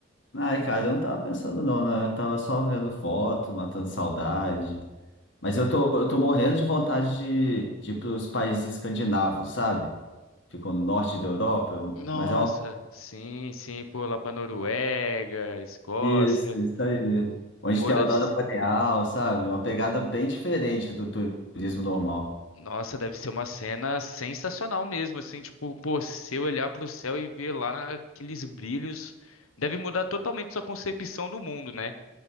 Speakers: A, on the left (about 60°); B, on the left (about 85°).
A: Ai, cara, eu não tava pensando não, né? Eu tava só vendo foto, matando saudade. Mas eu tô, eu tô morrendo de vontade de, de ir pros países escandinavos, sabe? Ficam no norte da Europa, eu-
B: Nossa,
A: mas é uma...
B: sim, sim, pô, lá pra Noruega, Escócia.
A: Isso, isso aí. Onde
B: Pô,
A: tem
B: deve
A: a aurora
B: ser.
A: boreal, sabe? Uma pegada bem diferente do turismo normal.
B: Nossa, deve ser uma cena sensacional mesmo, assim, tipo, pô, se eu olhar pro céu e ver lá aqueles brilhos, deve mudar totalmente sua concepção do mundo, né?